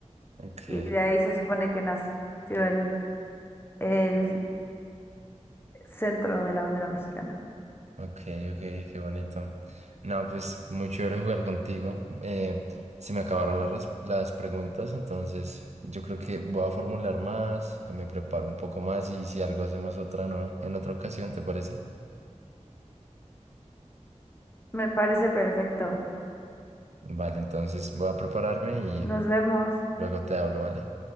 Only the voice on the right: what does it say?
Ok,
ok, ok, qué bonito. No, pues muy chévere jugar contigo. Eh, se me acabaron las, res- las preguntas, entonces yo creo que voy a formular más, me preparo un poco más y si algo hacemos otra nueva en otra ocasión, ¿te parece?
Vale, entonces voy a prepararme y
luego te hablo, ¿vale?